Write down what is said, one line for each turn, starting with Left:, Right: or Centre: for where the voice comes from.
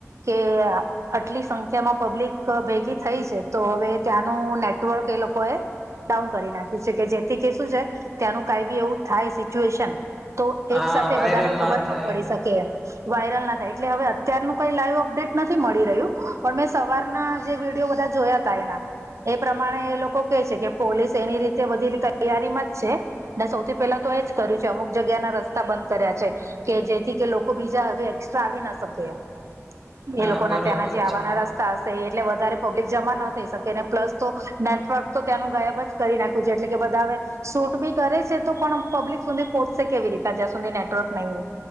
Right: કે આટલી સંખ્યામાં પબ્લિક ભેગી થઈ છે તો હવે ત્યાંનું નેટવર્ક એ લોકો એ ડાઉન કરી નાખ્યું છે કે જેથી કે શું છે ત્યાંનું કઈ બી એવું થાય તો
Centre: હા
Right: એક સાથે
Centre: વાયરલ
Right: બધાને ખબર
Centre: થાય
Right: ના પડી શકે એ વાયરલ ના થાય એટલે હવે અત્યારનું કઈ લાઈવ અપડેટ નથી મળી રહ્યું પણ મેં સવારના જે વિડીયો બધા જોયા એ પ્રમાણે એ લોકો કે છે કે પોલીસ એની રીતે બધી રીતે તૈયારીમાં જ છે. ને સૌથી પેલા તો એજ કર્યું છે અમુક ના રસ્તા બંધ કર્યા છે. કે જેથી કે લોકો બીજા હવે એક્સ્ટ્રા આવી ના શકે એમ.
Centre: હા
Right: એ લોકો
Centre: બરોબર
Right: ના તયાના જે આવવાના
Centre: છે
Right: એટલે વધારે પબ્લિક જમા ન થઈ શકે અને પ્લસ તો નેટવર્ક તો ત્યાંનું ગાયબ જ કરી નાખ્યું છે એટલે કે બધા આવે શૂટ બી કરે છે તો પણ પબ્લિક સુધી પહોચશે કેવી રીતના જ્યા સુધી નેટવર્ક નહી હોય.